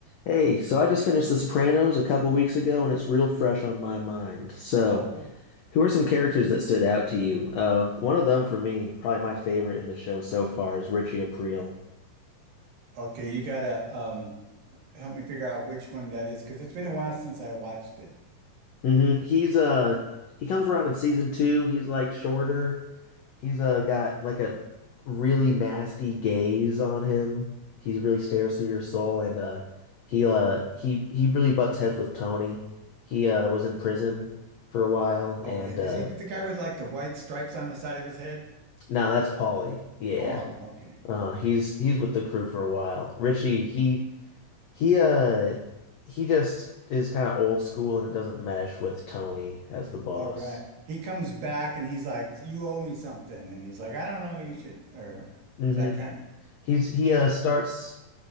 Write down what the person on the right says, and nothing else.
Oh,
okay. You gotta um help me figure out which one that is because it's been a while since I watched it.
Oh yeah,
is he the guy with like the white stripes on the side of his head?
Oh, the- okay.
All right. He comes back and he's like, "You owe me something," and he's like, "I don't know. You should." Or
is that kind?